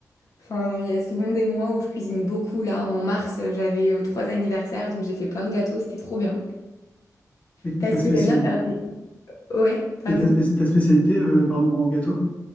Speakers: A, on the left; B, on the left.
A: enfin, il y a souvent des mois où je cuisine beaucoup. Là, en mars, euh, j'avais euh, trois anniversaires, donc j'ai fait plein de gâteaux. C'était trop bien.
B: Et
A: Parce
B: ta spécialité,
A: que j'aime bien faire des... Ouais, pardon.
B: et ta, spé- ta spécialité, euh, pardon, en gâteau?